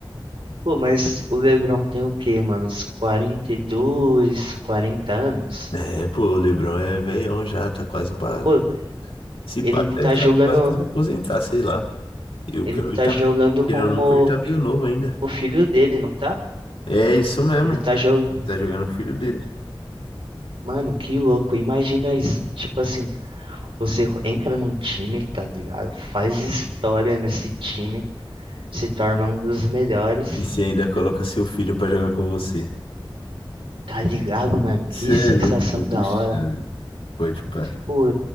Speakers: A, on the right; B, on the left.
A: Pô, mas o LeBron tem o quê, mano? Uns 42, 40 anos?
B: É, pô, o LeBron é velhão já, tá quase pra.
A: Pô,
B: Se
A: ele
B: pá,
A: tá
B: deve estar
A: jogando.
B: quase pra se aposentar, sei lá. E o
A: Ele
B: Curry
A: tá
B: tá.
A: jogando
B: Querendo
A: com
B: ou não,
A: o,
B: o Curry tá meio novo ainda.
A: o filho dele, não tá?
B: É isso mesmo.
A: Ele tá, jo
B: Tá jogando com o filho dele.
A: Mano, que louco. Imagina isso. Tipo assim, você entra num time, tá ligado? Faz história nesse time, se torna um dos melhores,
B: E você ainda coloca seu filho pra jogar com você.
A: tá ligado, mano? Que
B: Cê é
A: sensação
B: louco, muito
A: da
B: chave.
A: hora.
B: Pode pá.
A: Pô,